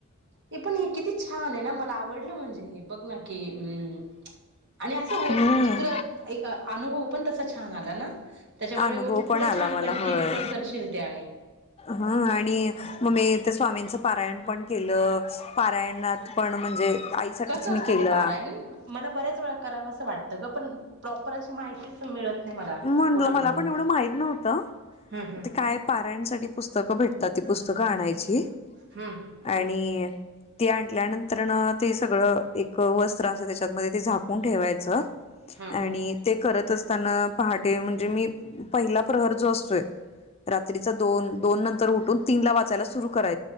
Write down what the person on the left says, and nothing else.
हम्म.
अनुभव
पण
आला
मला
होय
हा आणि
मग मी ते स्वामींचं पारायण पण केलं पारायणात पण म्हणजे आईसाठीठीच
मी
केलं
म्हणलं
मला पण एवढं माहत नव्हतं
ते काय पाऱ्यांसाठी पुस्तकं भेटतात ती पुस्तकं आणायची
आणि ती आणल्यानंतर न ते सगळं एक वस्त्र असं त्याच्यातमध्ये ते झाकून ठेवायचं
आणि ते करत असताना पहाटे म्हणजे मी पहिला प्रहर जो असतोय रात्रीचा दोन दोन नंतर उठून तीनला वाचायला सुरू क